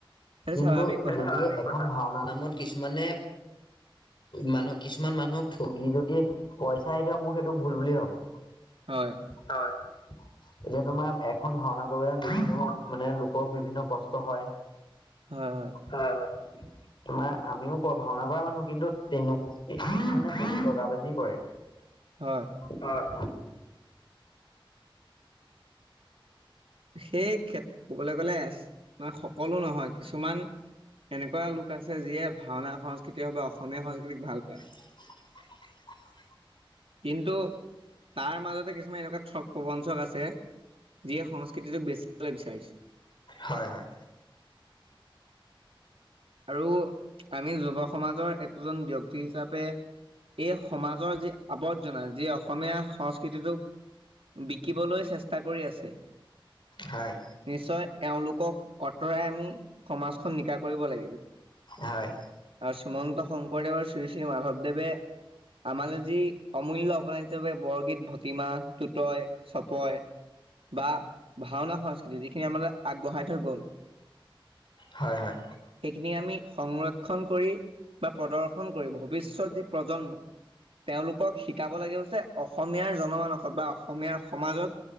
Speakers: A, on the right (about 85°); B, on the left (about 60°).
A: সেইটো
B: কিন্তু
A: স্বাভাৱিক
B: যদি <unintelligible>
A: কথা
B: ভাওনা, নামত কিছুমানে মানুহ কিছুমান মানুহক ঠগি যদি। পইচা এতিয়া মোৰ সেইটো ভুল বুলি ভাবো।
A: হয়।
B: হয়। এতিয়া তোমাৰ এখন ভাঙনা কৰিবলৈ মানে লোকৰ বিভিন্ন কষ্ট হয়।
A: হয় হয়।
B: হয় হয়। তোমাৰ আমিও ভাওনা কৰা মানুহ কিন্তু তেনেকে বহুত বগা বাজি কৰে।
A: হয়।
B: হয়।
A: সেই ক্ষেত ক'বলৈ গ'লে মানে সকলো নহয়, কিছুমান এনেকুৱা লোক আছে যিয়ে ভাওনা সংস্কৃতিৰ বাবে অস অসমীয়া সংস্কৃতিক ভাল পায়।
B: <unintelligible>
A: কিন্তু তাৰ মাজতে কিছুমান এনেকুৱা ঠগ প্ৰবঞ্চক আছে যিয়ে সংস্কৃতিটোক বেচিবলৈ বিচাৰিছে।
B: হয় হয়।
A: আৰু আমি যুৱ সমাজৰ একোজন ব্যক্তি হিচাপে এই সমাজৰ যি আবৰ্জনা যি অসমীয়া সংস্কৃতিটোক বিকিবলৈ চেষ্টা কৰি আছে।
B: হয়।
A: নিশ্চয় এওঁলোকক অঁতৰাই আমি সমাজখন নিকা কৰিব লাগিব।
B: হয়।
A: আৰু শ্ৰীমন্ত শংকৰদেৱ আৰু শ্ৰী শ্ৰী মাধৱদেৱে আমালে যি অমূল্য অৱদান হিচাপে বৰগীত, ভটমা, টুতয় চপয় বা ভাওনা সংস্কৃতি যিখিনি আমালে আগবঢ়াই থৈ গ'ল
B: হয় হয়।
A: সেইখিনি আমি সংৰক্ষণ কৰি বা প্ৰদৰ্শন কৰি ভৱিষ্যত যি প্ৰজন্ম তেওঁলোকক শিকাব লাগিব যে অসমীয়াৰ জনমানসত বা অসমীয়াৰ সমাজত